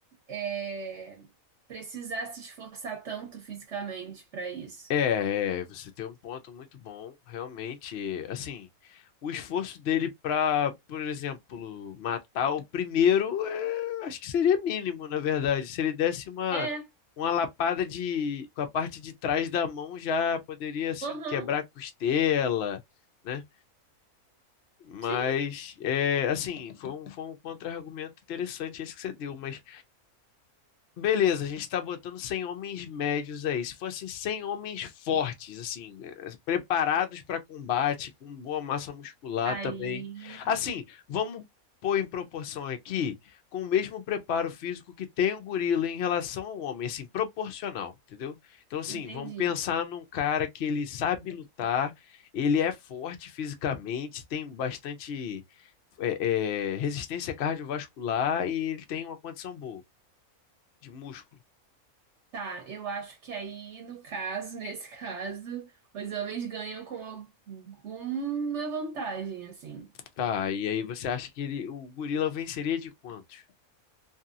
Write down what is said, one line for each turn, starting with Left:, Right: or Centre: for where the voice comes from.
Right: é, precisar se esforçar tanto fisicamente pra isso.
Left: É, é, você tem um ponto muito bom, realmente. Assim, o esforço dele pra, por exemplo, matar o primeiro, é, acho que seria mínimo, na verdade. Se ele desse uma,
Right: É,
Left: uma lapada de, com a parte de trás da mão, já poderia, assim,
Right: aham,
Left: quebrar a costela, né? Mas,
Right: sim.
Left: é, assim, foi um, foi um contra-argumento interessante esse que você deu, mas. Beleza, a gente está botando 100 homens médios aí. Se fossem 100 homens fortes, assim, eh, preparados para combate, com boa massa muscular
Right: Aí,
Left: também. Assim, vamos pôr em proporção aqui, com o mesmo preparo físico que tem o gorila em relação ao homem, assim, proporcional, entendeu? Então, assim,
Right: entendi.
Left: vamos pensar num cara que ele sabe lutar, ele é forte fisicamente, tem bastante, eh, eh, resistência cardiovascular e ele tem uma condição boa de músculo.
Right: Tá, eu acho que aí, no caso, <laughs> nesse caso, os homens ganham com alguma vantagem, assim.
Left: Tá, e aí você acha que ele, o gorila venceria de quantos?